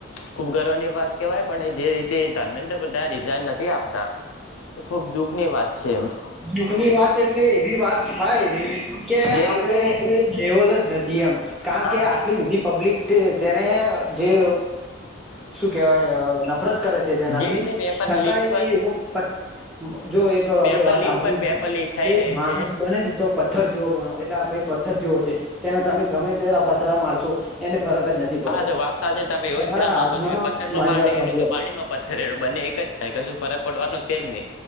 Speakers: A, on the left; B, in the centre.
A: ખૂબ ગર્વ ની વાત કહેવાય પણ જે રીતે ધર્મેન્દ્ર રીઝાઈન નથી આપતા એ ખુબ દુઃખ ની વાત છે એ
B: દુખ ની વાત એટલે એવી વાત થાય એવી
A: જે
B: આપડે
A: રીતે
B: કોઈ લેવલજ નથી એમ કારણ
A: હા
B: કે આટલી બધી પબ્લિક તેને જે શું કેવાય નફરત કરે છે તેનાથી
A: જે રીતે પેપર
B: છતાંય
A: લીક પર
B: એ <inaudible> જો એક આપડે
A: પેપર
B: વાત
A: લીક પર પેપર લીક થઈ
B: કે
A: રહી
B: માણસ
A: છે
B: બને ને તો પથ્થર જોવો બને એટલે આ ભાઈ પથ્ર જોવ તેને તમે ગમે ત્યારે પથરા મારશો એને ફરક જ નથી પડતો
A: હા તો વાત સાથે તમે એવું
B: તમારા
A: જ કેવા માંગો
B: હાથમાં
A: છો કે પથ્થરમાં
B: મારી
A: પાણી
B: વાત સાંભળો
A: રેડો કે પાણી માં પથ્થર રેડો બંને એક જ થાય કે શું છે જ નહી